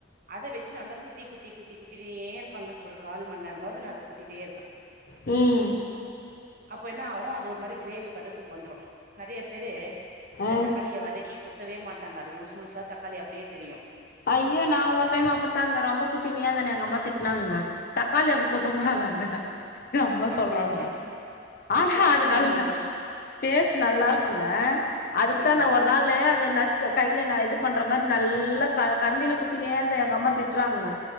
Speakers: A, on the right; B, on the left.
A: அத வச்சு நல்லா குத்தி குத்தி குத்தி குத்திவே இருப்பங்க ஒரு கால் மணி நேரமாவது நா அத குத்திட்டே இருப்பே
B: ம்
A: அப்போ என்ன ஆவு அது ஒரு மாரி கிரேவி பதத்துக்கு வந்துரு நெறைய பேரு இந்த
B: ஆ
A: தக்காளிய வதக்கி குத்தவே மாட்டாங்க அது முழுசு முழுசா தக்காளி அப்டியே தெரியு
B: ஐயோ நா ஒரு டைம் அப்டித்தாங்க ரொம்ப குத்தினே இருந்தேன்னு எங்கம்மா திட்னாங்கங்க தக்காளி அப்டி கொத்தக்கூடாதாங்க எங்கம்மா
A: அப்டியெல்லா
B: சொல்றாங்க
A: இல்லைங்க குத்த
B: ஆனா
A: குத்த
B: அது நல்லா
A: நம்மள
B: டேஸ்ட்டு நல்லா இருக்குங்க அதுக்குதா
A: ஆமா
B: நா ஒரு நாள் அது நசுக் க கைல நா இது பண்ற மாரி நல்லா க கரண்டில குத்தினே இருந்தே எங்கம்மா திட்டுறாங்கங்க